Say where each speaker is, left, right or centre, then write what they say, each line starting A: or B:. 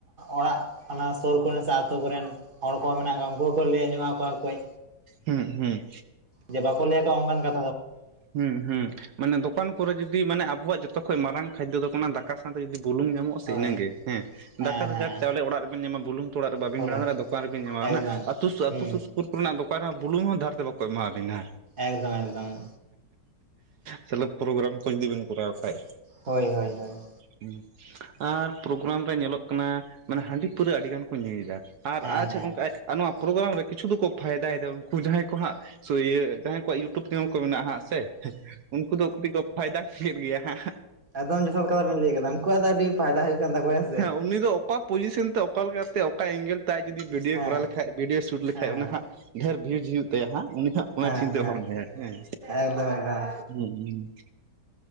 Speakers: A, on the right; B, on the right.
A: ᱚᱲᱟᱜ ᱚᱱᱟ ᱥᱩᱨ ᱠᱚᱨᱮ ᱥᱮ ᱟᱹᱛᱩ ᱠᱚᱨᱮᱱ ᱦᱚᱲ ᱠᱚ ᱢᱮᱱᱟᱜ ᱠᱚᱣᱟ ᱩᱱᱠᱩ ᱦᱚᱸᱠᱚ ᱞᱟᱹᱭ ᱧᱚᱜ ᱟᱠᱚᱣᱟ ᱠᱟᱹᱡ
B: ᱦᱩᱸ ᱦᱩᱸ
A: ᱡ ᱵᱟᱠᱚ ᱞᱟᱹᱭᱟᱠᱚᱣᱟ ᱚᱱᱠᱟᱱ ᱠᱟ
B: ᱦᱩᱸ ᱦᱩᱸ ᱢᱟᱱᱮ ᱫᱚᱠᱟᱱ ᱠᱚᱨᱮ ᱡᱩᱫᱤ ᱢᱟᱱᱮ ᱟᱵᱚᱣᱟᱜ ᱡᱚᱛᱚ ᱠᱷᱚᱡ ᱢᱟᱨᱟᱝ ᱠᱷᱟᱡᱫᱚ ᱫᱚ ᱠᱟᱱᱟ ᱫᱟᱠᱟ ᱥᱟᱶᱛᱮ ᱡᱩᱫᱤ ᱵᱩᱞᱩᱝ ᱧᱟᱢᱚᱜᱼᱟ ᱥᱮ
A: ᱦᱳᱭ
B: ᱤᱱᱟᱹᱜᱮ ᱦᱮᱸ
A: ᱦᱮᱸ
B: ᱫᱟᱠᱟ ᱫᱚ
A: ᱦᱮᱸ
B: ᱡᱟᱠ ᱪᱟᱣᱞᱮ ᱚᱲᱟᱜ ᱨᱮᱵᱤᱱ ᱧᱟᱢᱟ ᱵᱩᱞᱩᱝ ᱛᱚ ᱚᱲᱟᱜ ᱨᱮ ᱵᱟᱵᱤᱱ
A: ᱦᱳᱭ
B: ᱵᱮᱱᱟᱣ ᱫᱟᱲᱮᱭᱟᱜᱼᱟ ᱫᱚᱠᱟᱱ ᱨᱮᱵᱮᱱ ᱧᱟᱢᱟ ᱦᱟᱱᱟ
A: ᱮᱠᱫᱚᱢ
B: ᱟᱹᱛᱩ ᱥᱩᱨ
A: ᱦᱩᱸ
B: ᱥᱩᱯᱩᱨ <unintelligible> ᱨᱮᱱᱟᱜ ᱫᱚᱠᱟᱱ ᱨᱮᱦᱚᱸ ᱵᱩᱞᱩᱝ ᱦᱚᱸ ᱫᱷᱟᱨᱛᱮ ᱵᱟᱠᱚ ᱮᱢᱟᱣᱟᱵᱤᱱᱟ
A: ᱮᱠᱫᱚᱢ ᱮᱠᱫᱚᱢ
B: ᱛᱟᱦᱚᱞᱮ ᱯᱨᱳᱜᱨᱟᱢ ᱠᱚ ᱡᱩᱫᱤ ᱵᱮᱱ ᱠᱚᱨᱟᱣ ᱠᱷᱟᱱᱡ
A: ᱦᱳᱭ ᱦᱳᱭ ᱦᱳᱭ
B: ᱦᱩᱸ ᱟᱨ ᱯᱷᱳᱜᱜᱨᱟᱢ ᱨᱮ ᱧᱮᱞᱚᱜ ᱠᱟᱱᱟ ᱢᱟᱱᱮ ᱦᱟᱺᱰᱤ ᱯᱟᱹᱣᱨᱟᱹ ᱟᱹᱰᱤ ᱜᱟᱱ ᱠᱚ ᱧᱩᱭᱮᱫᱟ ᱟᱨ
A: ᱦᱮᱸ
B: ᱟᱪᱪᱷᱟ
A: ᱦᱮᱸ
B: ᱜᱚᱝᱠᱮ ᱟᱨ ᱱᱚᱣᱟ ᱯᱨᱳᱜᱨᱟᱢ ᱨᱮ ᱠᱤᱪᱷᱩ ᱫᱚᱠᱚ ᱯᱷᱟᱭᱫᱟᱭᱮᱫᱟ ᱩᱱᱠᱩ ᱡᱟᱦᱟᱸᱭ ᱠᱚ ᱦᱟᱸᱜ ᱤᱭᱟᱹ ᱡᱟᱦᱟᱸᱭ ᱠᱚᱣᱟᱜ ᱤᱭᱩᱴᱩᱵᱽ ᱪᱮᱱᱮᱞ ᱠᱚ ᱢᱮᱱᱟᱜᱼᱟ ᱦᱟᱸᱜ ᱦᱮᱸ ᱥᱮ ᱩᱱᱠᱩ ᱫᱚ ᱠᱟᱹᱴᱤᱡ ᱠᱚ ᱯᱷᱟᱭᱫᱟ ᱠᱮᱫ ᱜᱮᱭᱟ ᱦᱟᱸᱜ
A: ᱮᱫᱚᱢ ᱡᱚᱛᱷᱟᱨᱤᱱ ᱞᱟᱹᱭ ᱠᱮᱫᱫᱟ ᱩᱱᱠᱩᱣᱟᱜ ᱫᱚ ᱟᱹᱰᱤ ᱯᱷᱟᱭᱫᱟ ᱦᱩᱭᱩᱜ ᱠᱟᱱ ᱛᱟᱠᱚᱣᱟ ᱥᱮ
B: ᱦᱮᱸ ᱩᱱᱤ ᱫᱚ ᱚᱠᱟ ᱯᱚᱡᱤᱥᱚᱱ ᱛᱮ ᱚᱠᱟ ᱞᱮᱠᱟᱛᱮ ᱚᱠᱟ ᱮᱝᱜᱮᱞ ᱛᱟᱭ ᱡᱩᱫᱤ ᱵᱷᱤᱰᱭᱳ
A: ᱦᱮᱸ
B: ᱠᱚᱨᱟᱣ ᱞᱮᱠᱷᱷᱟᱟᱱ ᱵᱷᱤᱰᱭᱳ ᱥᱩᱴ ᱞᱮᱠᱷᱟᱡ
A: ᱦᱮᱸ
B: ᱚᱱᱟ ᱦᱟᱸᱜ ᱰᱷᱮᱨ ᱵᱷᱤᱭᱩᱡ ᱦᱩᱭᱩᱜ ᱛᱟᱭᱟ ᱦᱟᱸᱜ ᱩᱱᱤ ᱦᱟᱸᱜ ᱚᱱᱟ
A: ᱦᱮᱸ
B: ᱪᱤᱱᱛᱟᱹ
A: ᱦᱮᱸ
B: ᱵᱷᱟᱵᱱᱟᱭᱟ ᱦᱮᱸ
A: ᱮᱠᱫᱚᱢ ᱮᱠᱫᱚᱢ
B: ᱦᱩᱸ